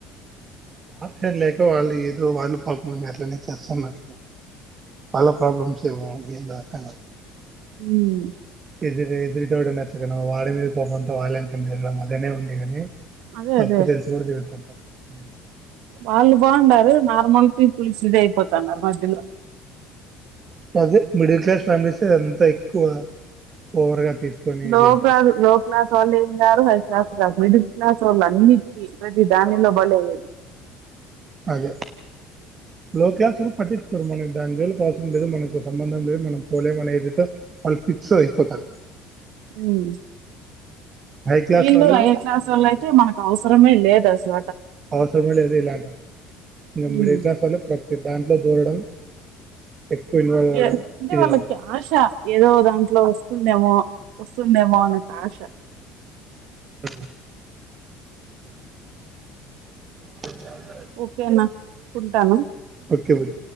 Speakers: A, on the right; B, on the right.
A: ఆప్షన్లేక వాళ్ళు ఏదీ వాళ్ళు పాపంఅట్లనే చేస్తాన్నట్లున్నారు వాళ్ళ ప్రాబ్లమ్స్ ఏవొ అయ్యేదాకా
B: ఉమ్
A: త <inaudible> ఎదురుటొడు నచ్చకనొ వాడి మీద కోపంతో <unintelligible> ఉంది కాని
B: అదే
A: తప్పు
B: అదే
A: తెలిసి కూడా తిరగతాంటారు హ
B: వాళ్ళు బావుండారు నార్మల్కి పీపుల్స్ ఇది అయిపోతున్నారు మధ్యలో
A: అదే మిడిల్ క్లాస్ ఫ్యామిలీస్ అ అంత ఎక్కువ ఓవర్ గా తీసుకొని
B: లో
A: ఇదైపోతుంది
B: క్లాస్ లో క్లాస్ వాళ్ళు ఏం కాదు హై క్లాస్ ఏం కాదు మిడిల్ క్లాస్ వాళ్ళు అన్నీ ప్రది దాని లో <unintelligible>
A: అదే లో క్లాసోళ్ళు పట్టించుకోరు మనకు దాని జోలికి అవసరం లేదు మనకు సంబంధం లేదు మనం పోలేం అనే ఇది తొ వాళ్ళు ఫిక్స్ అయిపోతారు
B: మ్
A: హై క్లాస్
B: వీళ్ళు
A: వాళ్ళు
B: ఏ క్లాసోళ్ళు
A: వాళ్ళు
B: అయితే మనకు అవసరమే లేదస్ల
A: అవసరమే లేదు ఇలాగ ఇంక
B: ఉమ్.
A: మిడిల్ క్లాసోళ్ళు ప్రతి దాంట్లో దూరడం ఎక్కువ ఇన్వాల్వ్ అవ్వడం
B: అంటే
A: ఇది
B: వాళ్ళకి
A: కావడం
B: ఆశ ఏదో దాంట్లో వ దేమొ వస్తుం దేమో అన్న ఆశ
A: ఆ క
B: ఓకేనా ఉంటాను
A: ఓకే పూజ